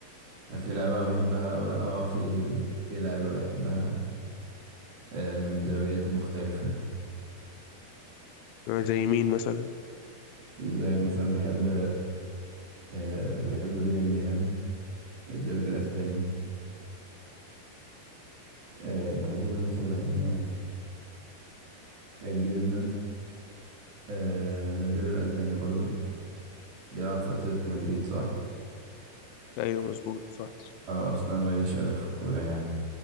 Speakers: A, on the right; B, on the left.
A: هل في لعيبة بحبها أو لأ اه في في لعيبة بحبها آه، من دوريات مختلفة
B: زي مين مثلا
A: زي مثلا بحب آه، بحب بيلينجهام من الدوري الأسباني آه، بحب مثلا آه، جريزمان آه، من الدوري الأسباني برضو بيلعب في أتلتيكو مدريد صح؟
B: أيوة مظبوط صح
A: اه أصلا ماليش أوي في الكورة يعني